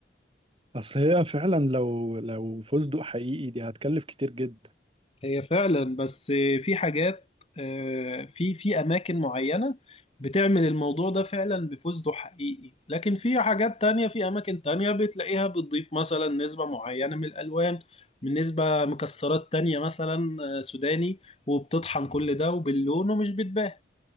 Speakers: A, on the right; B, on the left.
A: اصل هي فعلا لو لو فستق حقيقي دي هتكلف كتير جدا
B: هي فعلا بس في حاجات آه، في في اماكن معينه بتعمل الموضوع ده فعلا بفوزده حقيقي لكن في حاجات تانية في اماكن تانية بتلاقيها بتضيف مثلا نسبه معينه من الالوان من نسبه مكسرات تانية مثلا آه، سوداني وبتطحن كل ده وباللون ومش بتبان